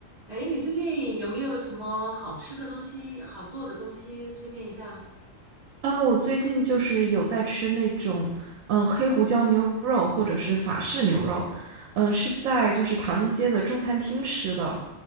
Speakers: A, on the right; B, on the right.
A: 哎，你最近有没有什么好吃的东西、好做的东西推荐一下？
B: 呃，我最近就是有在吃那种，嗯、黑胡椒牛肉或者是法式牛肉，嗯、是在就是唐人街的中餐厅吃的。